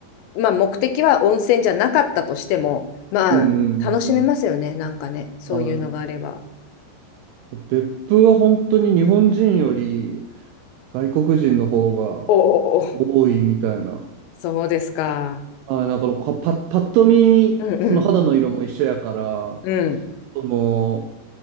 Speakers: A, on the left; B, on the right.
A: まあ目的は温泉じゃなかったとしても、まあ楽しめますよね、
B: うーん。
A: なんかね、そういうのがあれば。
B: はい。別府は本当に日本人より外国人の方が
A: おおお
B: 多いみたいな。
A: そうですか。
B: あ、なんかのかパ、パッと見、
A: うんうん、
B: その肌の色も一緒やから、
A: うん、
B: その、